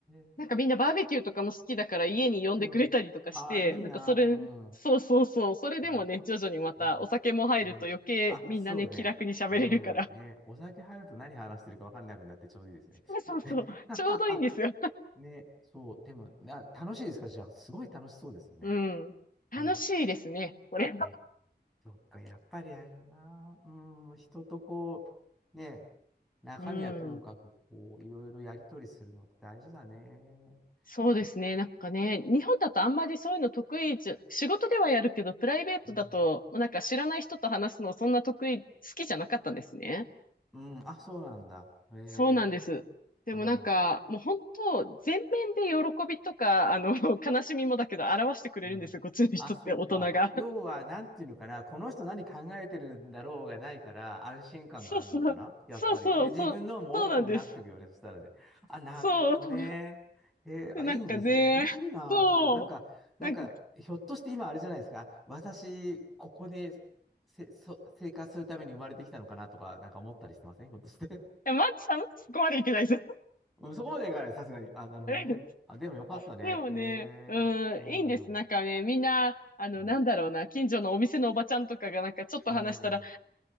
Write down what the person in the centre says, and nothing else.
え。
うん。あ、いいな。
うん。
ね。
うん。ね。あ、そうね。
うん。ね。お酒入ると何話してるか分かんなくなってちょうどいいですね。
<laughs>
ね、そう、でも、な、楽しいですかじゃあ、すごい楽しそうですよね。
うん。
ね、そっか、やっぱりあれだな、うん、人とこう、ね、中身はともかく、
こう、いろいろやり取りするのって大事だね。
へえ
うん。
うん、あ、そうなんだ。へえ、
うん。
うん。
あ、そっか。
要は、
なんていうのかな、この人何考えてるんだろうがないから、安心感があるのかな、
やっぱり。
で、自分のもオープンになっていくよね、
そしたらね。あ、なるほどね。
えーあ、
いいんですね。本当いいな。
うん、なんか、なんか、
ひょっとして今、あれじゃないですか。私、ここでせ、そ、生活するために生まれてきたのかなとか、なんか思ったりしてませんひょっとして。
<laughs> うん、そこまでいかない、さすがに。あ、なるほどね。
あ、でもよかったね。
え
ー、う
ん。
うん。
うん